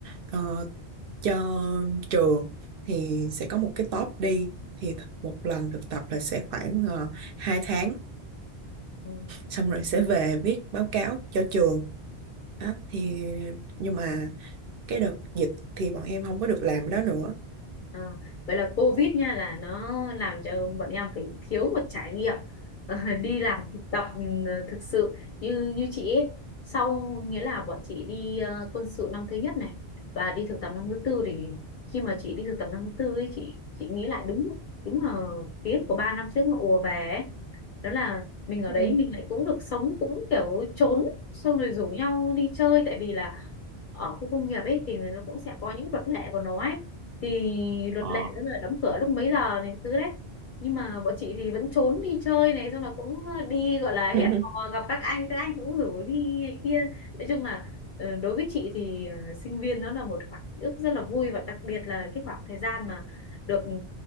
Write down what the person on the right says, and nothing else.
ờ, cho trường thì sẽ có một cái top đi thì th- một lần thực tập là sẽ khoảng uh, 2 tháng
xong rồi sẽ về viết báo cáo cho trường đó thì nhưng mà cái đợt dịch thì bọn em không có được làm đó nữa
Ừ.
Ờ.
<laughs>